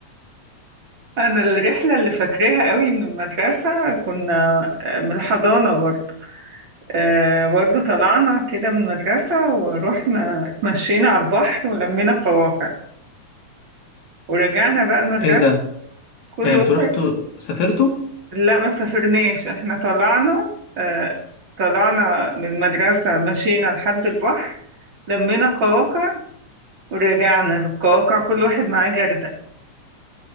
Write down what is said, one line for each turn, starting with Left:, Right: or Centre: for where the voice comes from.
Right: انا الرحله اللي فاكراها قوي من المدرسه كنا آه، من الحضانه برضه آه، برضه طلعنا كده من المدرسه ورحنا اتمشينا على البحر ولمينا قواقع ورجعنا بقى المدرسه
Left: ايه ده
Right: كل
Left: يعني
Right: واحد
Left: انتوا رحتوا سافرتوا
Right: لا ما سافرناش احنا طلعنا آه، طلعنا من المدرسه مشينا لحد البحر لمينا قواقع ورجعنا بالقواقع كل واحد معاه جردل